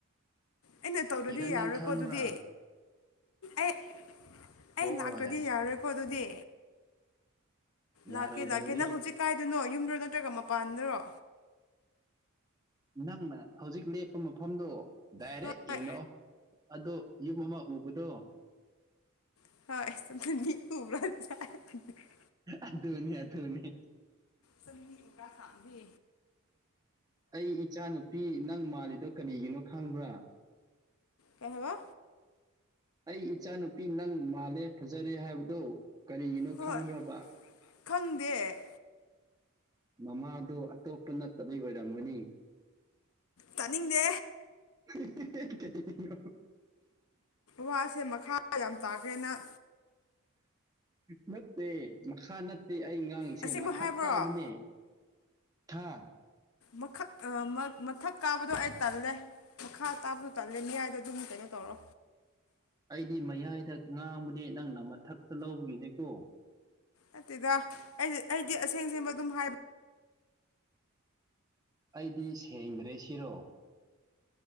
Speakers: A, on the left; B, on the right.
A: ꯑꯩꯅ ꯇꯧꯗꯗꯤ
B: ꯏꯔꯥ
A: ꯌꯥꯔꯣꯏꯀꯣ
B: ꯅꯪ ꯈꯪꯕ꯭ꯔꯥ
A: ꯑꯗꯨꯗꯤ ꯑꯩ ꯑꯩ
B: ꯍꯣꯏ
A: ꯂꯥꯛꯇ꯭ꯔꯗꯤ ꯌꯥꯔꯔꯣꯏꯀꯣ ꯑꯗꯨꯗꯤ
B: ꯌꯥꯔꯣꯏꯗꯧꯔꯤ
A: ꯂꯥꯛꯀꯦ ꯂꯥꯛꯀꯦ ꯅꯪ ꯍꯧꯖꯤꯛ ꯀꯥꯏꯗꯅꯣ ꯌꯨꯝꯗꯔꯣ ꯅꯠꯇ꯭ꯔꯒ ꯃꯄꯥꯟꯗꯔꯣ
B: ꯅꯪꯅ ꯍꯧꯖꯤꯛ ꯂꯦꯞꯄ ꯃꯐꯝꯗꯣ ꯗꯥꯏꯔꯦꯛ
A: ꯍꯣꯏ
B: ꯌꯦꯡꯔꯛꯑꯣ ꯑꯗꯣ ꯌꯨꯝ ꯑꯃ ꯎꯕꯗꯣ
A: <unintelligible>
B: ꯑꯙꯨꯅꯤ ꯑꯙꯨꯅꯤ
A: ꯆꯅꯤ ꯇꯀꯥ ꯊꯥꯡꯗꯦ
B: ꯑꯩ ꯏꯆꯥ ꯅꯨꯨꯄꯤ ꯅꯪ ꯃꯥꯜꯂꯤꯗꯣ ꯀꯔꯤꯒꯤꯅꯣ ꯈꯪꯕ꯭ꯔꯥ
A: ꯀꯩꯍꯋꯥ
B: ꯑꯩ ꯏꯆꯥꯅꯨꯄꯤ ꯅꯪ ꯃꯥꯜꯂꯦ ꯐꯖꯔꯦ ꯍꯥꯏꯕꯗꯣ ꯀꯔꯤꯒꯤꯅꯣ
A: ꯍꯣꯏ
B: ꯈꯪꯕ꯭ꯔꯕ
A: ꯈꯪꯗꯦ
B: ꯃꯃꯥꯗꯣ ꯑꯇꯣꯞꯄ ꯅꯠꯇꯕꯩ ꯑꯣꯏꯔꯝꯒꯅꯤ
A: ꯇꯥꯅꯤꯡꯗꯦ
B: ꯀꯩꯅ
A: ꯋꯥꯁꯦ ꯃꯈꯥ ꯌꯥꯝ ꯇꯥꯈ꯭ꯔꯦꯅ
B: ꯅꯠꯇꯦ ꯃꯈꯥ ꯅꯠꯇꯦ ꯑꯩ ꯉꯥ ꯥꯡꯉꯁꯦ
A: ꯑꯁꯦꯡꯕ
B: ꯃꯊꯛ
A: ꯍꯥꯏꯕ꯭ꯔꯣ
B: ꯀꯥꯕꯅꯦ ꯊꯥꯡ
A: ꯃꯛ ꯃꯊꯛ ꯀꯥꯕꯗꯣ ꯑꯩ ꯇꯜꯂꯦ ꯃꯈꯥ ꯇꯥꯕꯗꯨꯣ ꯇꯜꯂꯦ ꯃꯤꯌꯥꯏꯗ ꯑꯗꯨꯝ ꯀꯩꯅꯣ ꯇꯧꯔꯣ
B: ꯑꯩꯗꯤ ꯃꯌꯥꯏꯗ ꯉꯥꯡꯕꯅꯦ ꯅꯪꯅ ꯃꯊꯛꯇ ꯂꯧꯕꯒꯤꯅꯤꯀꯣ
A: ꯑꯗꯨꯠꯇꯦꯗ ꯑꯩꯗꯤ ꯑꯩꯗꯤ ꯑꯁꯦꯡꯁꯕ ꯑꯗꯨꯝ ꯍꯥꯏꯕ
B: ꯑꯩꯗꯤ ꯁꯦꯡꯗ꯭ꯔꯦ ꯁꯤꯔꯣ